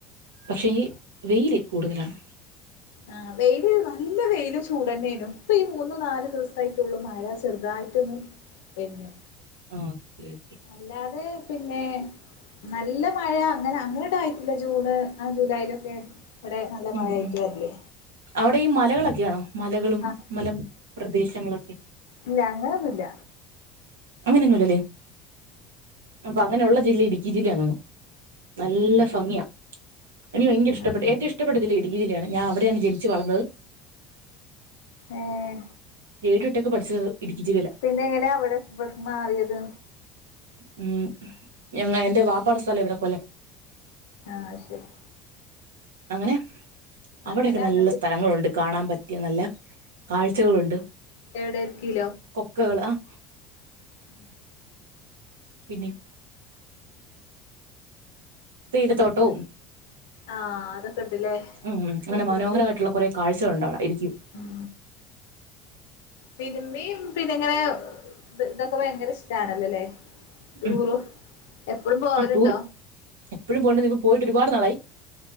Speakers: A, on the right; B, on the left.
A: പക്ഷെ ഈ വെയില് കൂടുതലാണ്.
B: ആഹ് വെയില് നല്ല വെയിലും ചൂടന്നെയിനും ഇപ്പം ഈ മൂന്ന് നാല് ദിവസായിട്ടുള്ളു മഴ ചെറ്തായിട്ടൊന്ന് പിന്നെ.
A: ആഹ് ഓക്കെ ഓക്കെ.
B: അല്ലാതെ പിന്നെ നല്ല മഴ അങ്ങനെ ങ്ങനടയി ല ജൂണ് ആഹ് ജൂലൈലൊക്കെ ഇവിടെ നല്ല മഴയായിട്ട്
A: ഉം ഉം
B: വര്ല്?
A: അവിടെ ഈ മലകളൊക്കെയാണോ മലകളും
B: ആഹ്
A: മലം പ്രദേശങ്ങളൊക്കെ?
B: ഇല്ല അങ്ങനൊന്നുല്ല
A: അങ്ങനൊന്നുല്ലല്ലേ <unintelligible> അങ്ങനെയുള്ള ജില്ല ഇട്ക്കി ജില്ലേണു തോന്നു നല്ല ഫങ്ങിയ എനിക്ക് ഭയങ്കര ഇഷ്ടപ്പെട്ട്
B: ആഹ്
A: ഏറ്റവും ഇഷ്ടം ഇഷ്ടപെട്ട ജില്ല ഇടുക്കി ജില്ലയാണ് ഞാൻ അവിടെയാണ് ജന്ച്ച് വളർന്നത്.
B: ഏഹ്
A: ഏഴു എട്ടൊക്കെ പഠിച്ചത് ഇടുക്കി ജില്ലയിലാ
B: പിന്നെ എങ്ങനായാ അവിടെ ഇവട്ക്ക് മാറിയത്.
A: ഉം ഞങേ എന്റെ വാപ്പാടെ സ്ഥലം ഇവിടെ കൊല്ലം.
B: ആഹ് ശരി.
A: അങ്ങനെ. അവിടെയൊക്കെ
B: അങ്ങനെ
A: നല്ല
B: അങ്ങട്ട്
A: സ്ഥലങ്ങളുണ്ട് കാണാൻ പറ്റിയ നല്ല കാഴ്ചകളുണ്ട്.
B: എവ്ടെ ഇടുക്കിലോ?
A: ക്കേള് ആഹ്.
B: ഉം.
A: പിന്നെയും. തേയിലത്തോട്ടവും.
B: ആഹ് അതൊക്കെ ഇണ്ട്ല്ലേ
A: ഉം ഉം അങ്ങനെ
B: പ്രകൃതി
A: മനോഹരായിട്ടുള്ള കുറെ കാഴ്ചകൾ ഉണ്ടവിടെ ഇടുക്കി.
B: ഉം സിനിമിം പിന്നെ ഇങ്ങനെ ഓഹ് ഇതൊക്കെ ഭയങ്കര ഇഷ്ടണല്ലോല്ലേ ടൂർ
A: ഉം
B: എപ്പളും പോവലുണ്ടോ?
A: ആ ടൂർ എപ്പഴും പോലുണ്ട് ഇപ്പോ പോയിട്ട് ഒരുപാട് നാളായി.